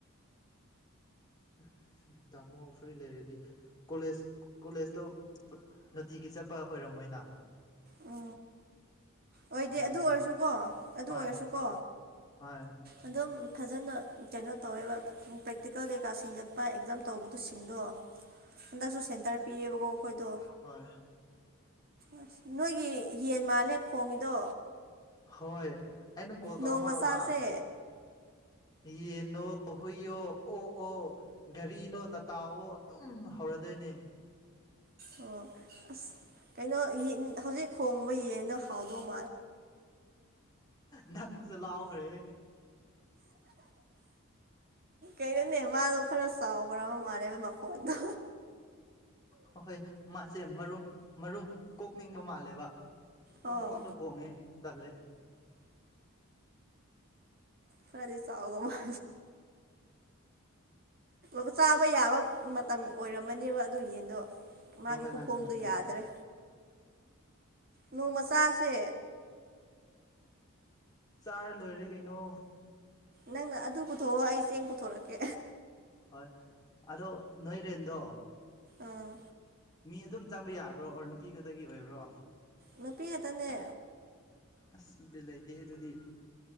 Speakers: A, on the left; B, on the right.
A: <inaudible> ꯇꯥꯃꯣ ꯐꯨꯔꯤ ꯂꯩꯔꯗꯤ ꯀꯣꯂꯦꯖ ꯀꯣꯂꯦꯖꯇꯣ ꯅꯨꯡꯇꯤꯒꯤ ꯆꯠꯄ ꯑꯣꯏꯔꯝꯃꯣꯏ ꯑꯅꯥ
B: ꯎ ꯑꯣꯏꯗꯤꯦ ꯑꯗꯨ
A: ꯌꯥꯏꯌꯦ
B: ꯑꯣꯏꯔꯁꯨꯀꯣ ꯑꯗꯨ
A: ꯍꯣꯏ
B: ꯑꯣꯏꯔꯁꯨꯀꯣ
A: ꯍꯣꯏ
B: ꯑꯗꯨꯝ ꯐꯖꯅ ꯀꯩꯅꯣ ꯇꯧꯋꯦꯕ ꯄ꯭ꯔꯦꯛꯇꯤꯀꯦꯜ ꯀꯩꯀꯥ ꯁꯤꯡꯒꯠꯄ ꯑꯦꯛꯖꯥꯝ ꯇꯧꯕꯗꯁꯤꯡꯗꯣ ꯀꯗꯁꯨ ꯁꯦꯟꯇꯔ ꯄꯤꯑꯕ ꯀꯣ ꯑꯩꯈꯣꯏꯗꯣ
A: ꯍꯣꯏ
B: ꯑꯁ ꯅꯣꯏꯒꯤ ꯌꯦꯟ ꯃꯥꯜꯂꯦ ꯈꯣꯡꯉꯤꯗꯣ
A: ꯍꯣꯏ ꯑꯩꯅ ꯀꯣꯜ ꯇꯧꯔ
B: ꯅꯣꯡ
A: ꯍꯧꯔꯕ
B: ꯃꯆꯥꯁꯦ
A: ꯌꯦꯟꯅꯣ ꯍꯨꯏꯌꯣ ꯑꯣꯛ ꯑꯣ ꯘꯔꯤꯅꯣ ꯇꯥꯇꯥꯥꯎꯋ ꯑꯗꯨꯝ ꯍꯧꯔꯗꯣꯏꯅꯦ
B: ꯑꯣ ꯑꯁ ꯀꯩꯅꯣ ꯍꯧꯖꯤꯛ ꯈꯣꯡꯕ ꯌꯦꯟꯅ ꯍꯥꯎꯗꯧꯕ
A: ꯅꯪ ꯆ ꯂꯥꯎꯈꯔꯦ
B: ꯀꯩꯅꯣꯅꯦ ꯃꯥꯗꯣ ꯈꯔ ꯆꯥꯎꯈ꯭ꯔꯕ ꯃꯥꯜꯂꯕ ꯃꯀꯣꯟꯗꯣ
A: ꯍꯍꯣꯏ ꯃꯥꯁꯦ ꯃꯔꯨꯝ ꯃꯔꯨꯝ ꯀꯣꯛꯅꯤꯡꯕ ꯃꯥꯜꯂꯦꯕ ꯄ
B: ꯑꯣ
A: ꯀꯣꯛ ꯑꯗ ꯈꯉꯦ ꯗꯂꯦ
B: ꯐꯔꯤ ꯁꯥꯕ ꯃꯥo ꯕ ꯆꯥꯕ ꯌꯥꯕ ꯃꯇꯝ ꯑꯣꯏꯔꯝꯃꯅꯦꯕ ꯑꯗꯨ ꯌꯦꯟꯗꯣ
A: ꯍꯣꯏ
B: ꯃꯥꯒꯤ
A: ꯍꯣꯏ
B: ꯈꯨꯈꯣꯡꯗꯨ
A: ꯃꯥꯅꯦ ꯃꯥꯅꯦ
B: ꯌꯥꯗ꯭ꯔꯦ ꯅꯣꯡ ꯃꯆꯥꯥꯁꯦ
A: ꯆꯥꯔ ꯂꯣꯏꯔꯦ ꯀꯩꯅꯣ
B: ꯅꯪꯅ ꯑꯗꯨ ꯄꯨꯊꯣꯛꯑꯣ ꯑꯩ ꯆꯦꯡ ꯄꯨꯊꯣꯔꯛꯀꯦ
A: ꯍꯣꯏ ꯑꯗꯣ ꯅꯣꯏꯦꯟꯗ
B: ꯑꯥ
A: ꯃꯤ ꯑꯗꯨꯝ ꯆꯪꯕ ꯌꯥꯕ꯭ꯔꯣ ꯑꯣꯔ ꯅꯨꯄꯤ ꯈꯛꯇꯒꯤ ꯑꯣꯏꯕ꯭ꯔꯣ
B: ꯅꯨꯄꯤ ꯈꯦꯛꯇꯅꯦ
A: ꯑꯁ ꯕꯤꯂꯇꯤ ꯍꯦ ꯑꯗꯨꯗꯤ